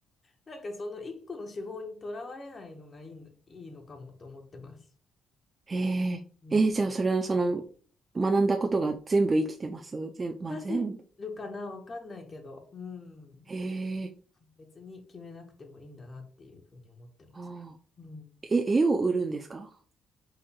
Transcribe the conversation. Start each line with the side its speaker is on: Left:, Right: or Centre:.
Left: なんかその一個の手法にとらわれないのがいいの、いいのかもと思ってます。
Right: へえ。
Left: うん。
Right: えーじゃあそれはその、学んだことが全部生きてます全、まあ全部。
Left: 活かせるかなわかんないけど、うん。
Right: へえ。
Left: 別に決めなくてもいいんだなっていうふうに思ってます。
Right: ああ。
Left: うん。
Right: え、絵を売るんですか